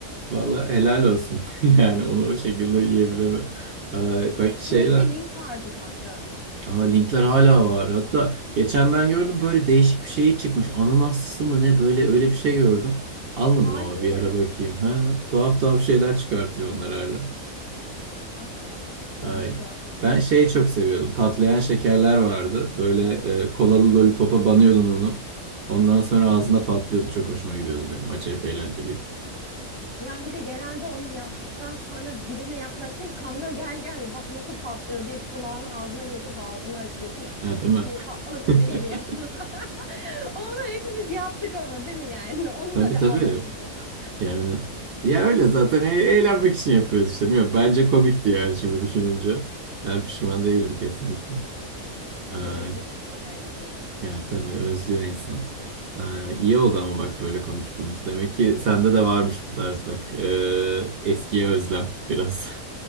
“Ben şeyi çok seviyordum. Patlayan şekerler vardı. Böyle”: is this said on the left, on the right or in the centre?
Right